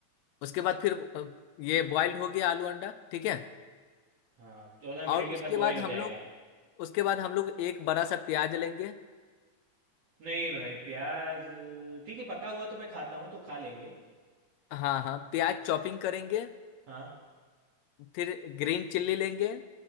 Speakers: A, on the left; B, on the right.
A: उसके बाद फिर अ, ये बॉइल्ड हो गया आलू अंडा ठीक है
B: हाँ चौदह मिनट
A: और
B: के
A: उसके
B: बाद बॉईल
A: बाद
B: हो
A: हम
B: जाएगा
A: लोग उसके बाद हम लोग एक बड़ा सा प्याज लेंगे
B: नहीं भाई प्याज ठीक है पका हुआ तो मैं खाता हूँ तो खा लेंगे
A: हाँ हाँ प्याज चॉपिंग करेंगे
B: हाँ
A: फिर ग्रीन चिल्ली लेंगे